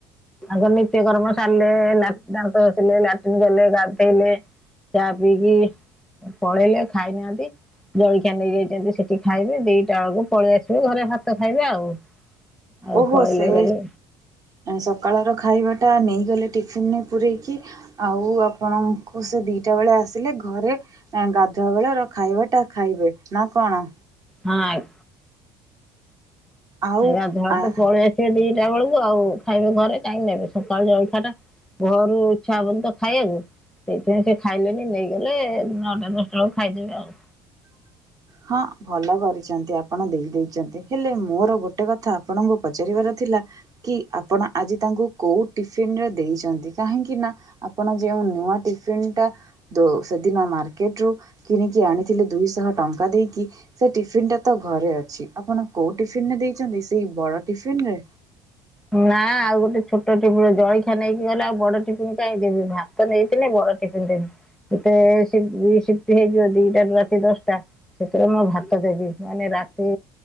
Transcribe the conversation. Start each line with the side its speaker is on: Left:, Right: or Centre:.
Centre: ଆଗ ନିତ୍ୟ କର୍ମ ସାରଲେ ଲା ଦାନ୍ତ ଘସିଲେ, ଲାଟିନ୍ ଗଲେ, ଗାଧୋଇଲେ। ଚା ପିଇକି ପଳେଇଲେ ଖାଇନାହାନ୍ତି। ଜଳଖିଆ ନେଇଯାଇଚନ୍ତି ସେଠି ଖାଇବେ ଦିଟା ବେଳକୁ ପଳେଆସିବେ ଘରେ ଭାତ ଖାଇବେ ଆଉ। ଆଉ
Right: ଓହୋ
Centre: କହିଲେ
Right: ସେ
Centre: ଗଲେ।
Right: ସକାଳର ଖାଇବା ଟା ନେଇଗଲେ ଟିଫିନ ପୂରେଇକି ଆଉ ଆପଣଙ୍କୁ ସେ ଦିଟା ବେଳେ ଆସିଲେ ଘରେ ଗାଧୁଆ ବେଳ ର ଖାଇବାଟା ଖାଇବେ ନା କଣ।
Centre: ହଁ ଆ
Right: ଆଉ
Centre: ଗାଧୁଆବେଳେ
Right: ଆ
Centre: ତ ପଳେଇ ଆସିବେ ଦିଟା ବେଳକୁ ଆଉ ଖାଇବେ ଘରେ କାହିଁକି ନେବେ ସକାଳ ଜଳଖିଆଟା ଭୋରୁ ଇଚ୍ଛା ହବନି ତ ଖାଇଆକୁ ସେଇଥିପାଇଁ ସେ ଖାଇଲେନି ନେଇଗଲେ ନଅଟା ଦଶଟା ବେଳକୁ ଖାଇଦେବେ ଆଉ।
Right: ହଁ ଭଲ କରିଛନ୍ତି ଆପଣ ଦେଇଦେଇଛନ୍ତି। ହେଲେ ମୋର ଗୋଟେ କଥା ଆପଣଙ୍କୁ ପଚାରିବାର ଥିଲା କି ଆପଣ ଆଜି ତାଙ୍କୁ କୋଉ ଟିଫିନରେ ଦେଇଛନ୍ତି? କାହିଁକି ନା ଆପଣ ଯେଉ ନୂଆ ଟିଫନ୍ ଟା ସେଦିନ ମାର୍କେଟରୁ କିଣିକି ଆଣି ଥିଲେ ଦୁଇଶହ ଟଙ୍କା ଦେଇକି ସେ ଟିଫିିନ ଟା ତ ଘରେ ଅଛି। ଆପଣ କୋଉ ଟିଫିନରେ ଦେଇଛନ୍ତି ସେଇ ବଡ ଟିଫିନ ରେ।
Centre: ନା ଆଉ ଗୋଟେ ଛୋଟ ଟିଫିନ୍ ଜଳଖିଆ ନେଇକି ଗଲେ ଆଉ ବଡ ଟିଫନ୍ କାଇ ଦେବି ଭା ଭାତ ନେଇଥିଲେ ବଡ ଟିଫିନ ଟେ ଡ୍ୟୁଟି ସି ସିଫ୍ଟ ହେଇଯିବ ଦିଟା ରୁ ରାତି ଦଶଟା। ସେଥିରେ ମୁଁ ଭାତ ଦେବି ମାନେ ରାତି